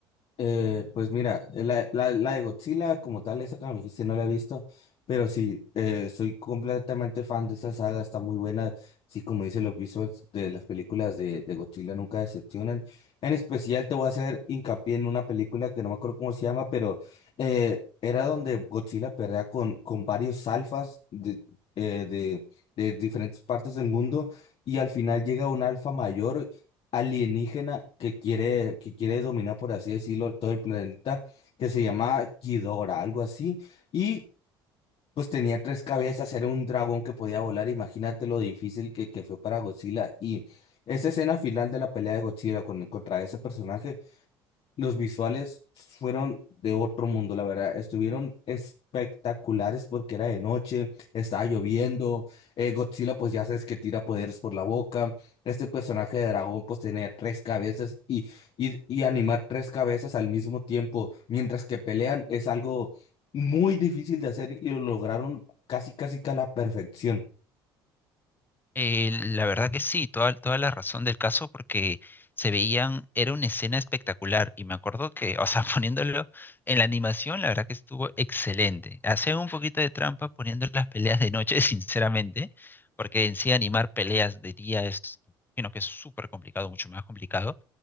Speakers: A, on the left; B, on the left.
A: Eh, pues mira, eh, la, la, la de Godzilla como tal, esa que me dijiste no la he visto, pero sí, eh, soy completamente fan de esa saga, está muy buena, sí, como dice los visuals de las películas de, de Godzilla nunca decepcionan. En especial te voy a hacer hincapié en una película que no me acuerdo cómo se llama, pero eh, era donde Godzilla pelea con, con varios alfas de, eh, de, de diferentes partes del mundo y al final llega un alfa mayor alienígena que quiere, que quiere dominar, por así decirlo, todo el planeta, que se llama Ghidorah, algo así, y pues tenía tres cabezas, era un dragón que podía volar, imagínate lo difícil que, que fue para Godzilla, y esa escena final de la pelea de Godzilla con, contra ese personaje los visuales fueron de otro mundo, la verdad. Estuvieron espectaculares porque era de noche, estaba lloviendo. eh, Godzilla, pues ya sabes que tira poderes por la boca. Este personaje de dragón, pues tenía tres cabezas y, y, y animar tres cabezas al mismo tiempo mientras que pelean es algo muy difícil de hacer y lo lograron casi, casi que a la perfección.
B: Eh, la verdad que sí, toda, toda la razón del caso, porque se veían, era una escena espectacular y me acuerdo que, o sea, <laughs> poniéndolo en la animación, la verdad que estuvo excelente. Hacían un poquito de trampa poniendo las peleas de noche, <laughs> sinceramente, porque en sí animar peleas de día es, sino que es súper complicado, mucho más complicado,